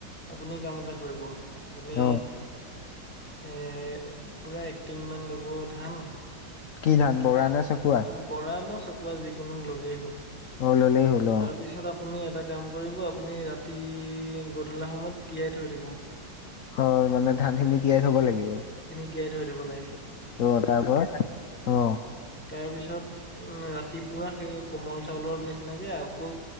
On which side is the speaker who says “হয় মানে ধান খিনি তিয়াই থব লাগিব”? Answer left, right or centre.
Left